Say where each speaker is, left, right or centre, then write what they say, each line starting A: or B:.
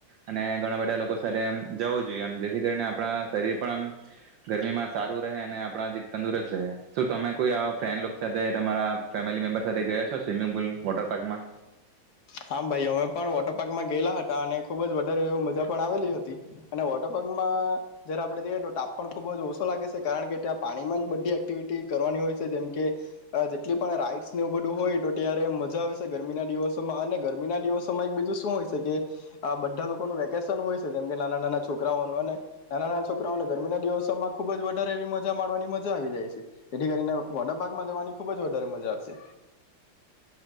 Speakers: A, on the right; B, on the left.
A: અને ઘણા બધા લોકો સાથે જવું જોઈએ એમ જેથી કરીને આપણા શરીર પણ આમ ગરમી માં સાત અને આપજી તંદુરસ્ત રહે, શું તમે કોઈ ફ્રેન્ડ સાથે તમારા ફેમિલી મેમ્બર સાથે ગયા છો સ્વિમિંગ પુલ વોટર પાર્કમાં?
B: હા ભાઈ અમે પણ વોટર પાર્કમાં ગયેલા હતા અને ખુબ જ વધારે એવ પણ આવેલી હતી, અને વોટર પાર્કમાં જયારે આપડણે જઈએ તો તાપ પણ ખૂબ જ ઓછો લાગે છે કારણ કે ત્યાં પાણીમાં જ બધી એક્ટિવિટી કરવાની હોય છે જેમ કે, જેટલી પણ રાઈડ્સને એવું બધું હોય તો ત્યારે મજા આવે છે ગરમીના દિવસોમાં અને ગરમી ના દિવસોમાં એક બીજું શું હોય છે કે, આ બધા લોકોનું વેકેશન હોય છે જેમ કે નાના નાના છોકરાઓ અને નાના નાના છોકરાઓને ગરમીના દિવસોમાં ખુબ જ વધારે એવી મજા માવાની મજા આવી જાય છે એથી કરીને વોટરપાર્કમાં જવાની ખુબ જ વધારે મજા આવશે.